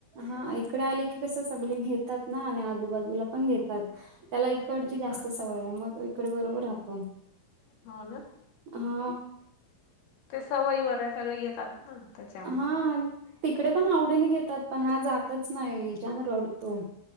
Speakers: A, on the right; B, on the left.
A: हा इकडे आले की कस सगळे घेतात ना आणि आजूबाजूला पण घेतात त्याला कडची जास्त
B: हा
A: सवय आहे मग तो इकडे बरोबर राहतो
B: हो ना
A: हा
B: ते सवय वगैरे सगळे घेतात ना त्याच्यामुळे
A: हा तिकडे पण आवडीने घेतात पण हा जातच नाही जन रडतो.